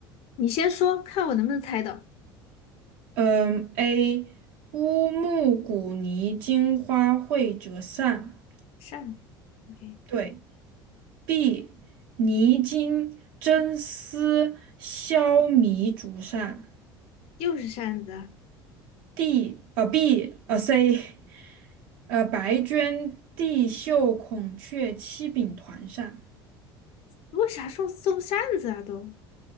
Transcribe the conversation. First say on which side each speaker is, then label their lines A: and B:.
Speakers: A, on the left (about 55°); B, on the right (about 70°).
A: 你先说，看我能不能猜到。
B: 嗯，A 乌木古泥金花卉折扇，
A: 扇子，OK，
B: 对；B 泥金真丝绡迷竹扇
A: 又是扇子啊！
B: ；D 呃 B 呃 C 呃，白绢地绣、孔雀、七柄团扇。
A: 为啥送送扇子啊都？